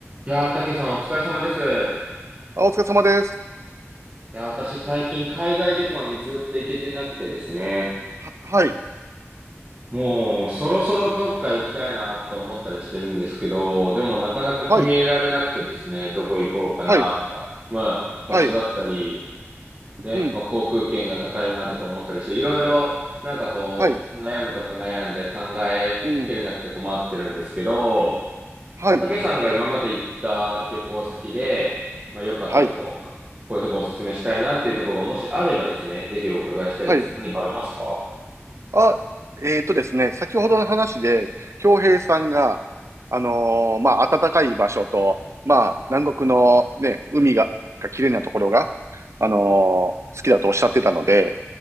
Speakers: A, on the right; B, on the right.
A: いやー、たけさんお疲れ様です。い
B: あ、お疲れ様です。
A: やー、私最近海外旅行にずっと行けてなくてですね。
B: ははい、
A: もうそろそろどっか行きたいなと思ったりしてるんですけど、でもなかなか決められなくてですね、
B: はい、
A: どこ行こうかなとか、
B: はい、
A: まあ場所だったり、
B: はい、
A: ね、
B: うん、
A: まあ航空券が高いなとか思ったりして、いろいろなんかこう悩むとか悩んで考えきれなくて困ってるんですけど、
B: はい、うん、はい、
A: たけさんが今まで行った旅行先で、まあ、良かったとこ、
B: はい、
A: こういうとこおすすめしたいなっていうところがもしあればですね、ぜひお伺いしたいです。
B: はい。
A: 何かありますか
B: あ、えーとですね、先ほどの話で、京平さんが、あのーまあ、暖かい場所と、まあ、南国のね、海が、が綺麗なところが、あのー好きだとおっしゃってたので、